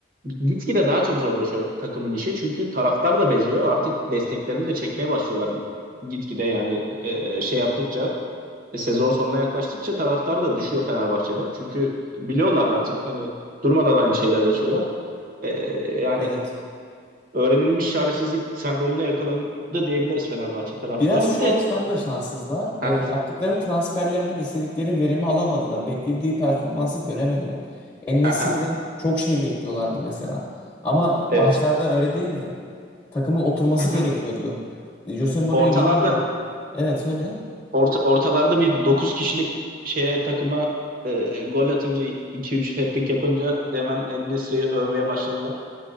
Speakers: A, on the right; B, on the left.
A: gitgide daha çok zorlaşıyor takımın işi. Çünkü taraftar da beziyor. Artık desteklerini de çekmeye başlıyorlar gitgide yani e, şey yaptıkça e, sezon sonuna yaklaştıkça taraftar da düşüyor Fenerbahçe'de. Çünkü biliyorlar artık hani durmadan aynı şeylere yaşıyorlar. E, yani
B: Evet.
A: öğrenilmiş çaresizlik sendromuna yakalandı diyebiliriz Fenerbahçe taraftarı.
B: Biraz şu
A: Bir de
B: açıdan da şanssızlar. E,
A: Hı
B: yaptıkları
A: hı.
B: transferlerden istedikleri verimi alamadılar. Beklediği performansı göremediler. en
A: Hı hı.
B: çok şey bekliyorlardı mesela. Ama
A: evet.
B: başlarda öyle değildi. Takımın oturması
A: Hı hı.
B: gerekiyordu. E, Jose Mourinho
A: Ortalarda
B: yeniydi. Evet öyle.
A: orta, ortalarda bir 9 kişilik şeye takıma e, gol atınca iki üç hat-trick yapınca hemen En-Nesyri'yi övmeye başladılar.